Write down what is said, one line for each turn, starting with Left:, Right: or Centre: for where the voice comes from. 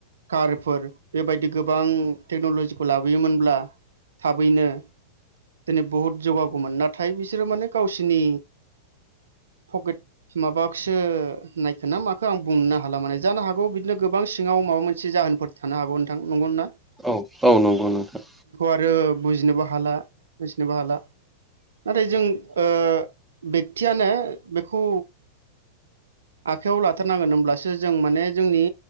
Right: कारफोर बेबायदि गोबां टेक्न'लजिखौ लाबोयोमोनब्ला थाबैनो दिनै बहुत जौगागौमोन नाथाय बिसोरो माने गावसिनि पकेट माबाखौसो नायखो ना मखो आं बुंनो हाला माने जानो हागौ बिदिनो गोबां सिङाव माबा मोनसे जाहोनफोर थानो हागौ नोंथां नंगौना
Centre: औ औ नंगौ नोंथां
Right: आरो बुजिनोबो हाला मिथिनोबो हाला नाथाय जों ओ बेकतियानो बेखौ आखाइआव लाथारनांगोन होमब्लासो जों माने जोंनि